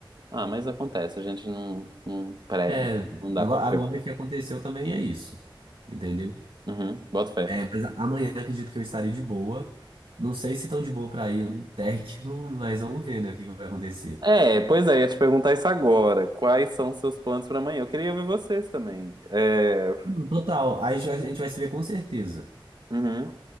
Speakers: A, on the right; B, on the right.
A: Ah, mas acontece, a gente não, não, pré...
B: É,
A: não dá
B: agora,
A: pra prever.
B: agora que aconteceu também é isso. Entendeu?
A: Uhum, boto fé.
B: É, mas a- amanhã acredito que eu estarei de boa. Não sei se tão de boa pra ir no Tech, <laughs> não- mas vamos ver, né, o que que vai acontecer.
A: É, pois é, ia te perguntar isso agora. Quais são seus planos pra amanhã? Eu queria ver vocês também. É,
B: Hum. Total, a gente vai, a gente vai se ver com certeza.
A: uhum.